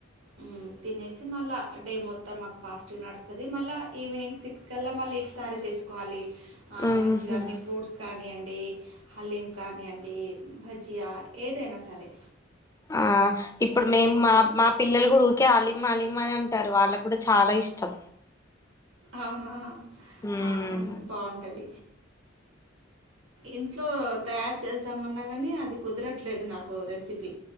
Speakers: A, on the right (about 80°); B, on the left (about 15°).
A: హ్మ్. తినేసి మళ్ళా డే మొత్తం మాకు పాజిటివ్ నడుస్తుంది మళ్ళీ ఈవినింగ్ సిక్స్కి వెల్లా మళ్ళీ ఈఫ్ తారీ తెచ్చుకోవాలి ఆ
B: మ్మ్
A: మంచిగాన్ని
B: హ్మ్
A: ఫ్రూట్స్ కానీ అండి డి హలీం కానీయండి బజ్జియ ఏదైనా సరే
B: ఆ ఇప్పుడు
A: తెచ్చుకుంటాం.
B: మేము మా మా పిల్లలు కూడా ఊకే హలీం హలీం మరి అంటారు వాళ్ళకి కూడా చాలా ఇష్టం
A: అవును
B: మ్మ్
A: అవును బాగుంటుంది ఇంట్లో తయారు చేద్దామున్నా కాని అది కుదరట్లేదు నాకు రెసిపీ